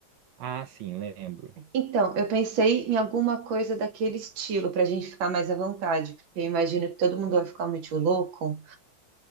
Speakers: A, on the right (about 80°); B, on the right (about 70°).
A: Ah, sim, lembro.
B: Então, eu pensei em alguma coisa daquele estilo, para a gente ficar mais à vontade, porque eu imagino que todo mundo vai ficar muito louco.